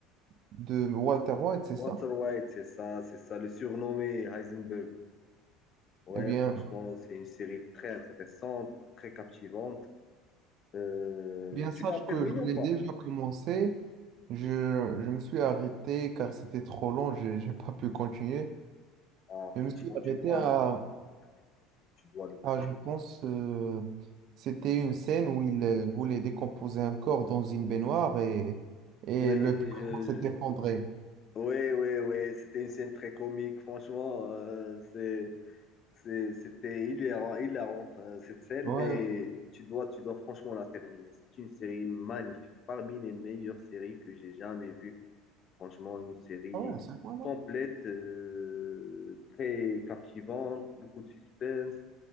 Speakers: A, on the right; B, on the left.
A: de Walter White, c'est
B: Walter
A: ça?
B: White, c'est ça, c'est ça, le surnommé Heisenberg. Ouais,
A: Eh bien,
B: franchement, c'est une série très intéressante, très captivante. Euh,
A: eh bien sache
B: tu l'as terminé
A: que je
B: ou
A: l'ai
B: pas?
A: déjà commencé. Je, je me suis arrêté car c'était trop long, je n'ai pas pu continuer.
B: Ah,
A: Je me
B: franchement,
A: suis arrêté
B: tu dois
A: à,
B: le continuer. Franchement, tu dois le continuer.
A: à, je pense, euh, c'était une scène où il euh, voulait décomposer un corps dans une baignoire et, et
B: Oui,
A: le plafond
B: je, je-
A: s'est effondré.
B: oui, oui, oui, c'était une scène très comique. Franchement, euh, c'est C'est- C'était hilarant, hilarant, enfin, cette scène,
A: Ouais,
B: mais
A: ouais,
B: tu dois, tu dois franchement la terminer. C'est une série magnifique, parmi les meilleures séries que j'ai jamais vues. Franchement, une série
A: ah ouais, c'est quoi là?
B: complète, euh, très captivante, beaucoup de suspense.